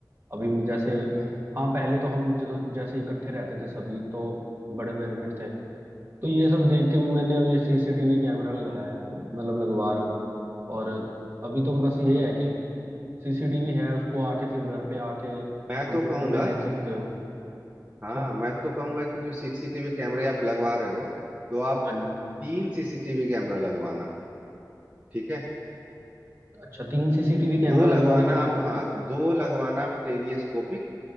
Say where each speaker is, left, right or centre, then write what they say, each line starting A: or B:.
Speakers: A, on the right (about 30°); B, on the right (about 15°).
A: अभी म- जैसे
B: हाँ।
A: हाँ पहले तो हम जो- जैसे इकट्ठे रहते थे सभी तो बड़े बेनिफिट थे तो ये सब देख के मैंने अब ये सीसीटीवी कैमरा लगाया यार मतलब लगवा रहा हूँ और अभी तो बस ये है कि सीसीटीवी है उसको आके फिर घर पे आके
B: मैं
A: कंप्यूटर
B: तो कहूंगा
A: पे देख सकते हो
B: हाँ
A: अच्छा
B: मैं तो कहूंगा कि जो सीसीटीवी कैमरे आप लगवा रहे हो तो आप
A: हाँ जी।
B: तीन सीसीटीवी कैमरा लगवाना ठीक है
A: अच्छा तीन सीसीटीवी कैमरा
B: दो लगवाना
A: लगवाने के बेनिफिट
B: आप हाँ दो लगवाना आप टेलीस्कोपिक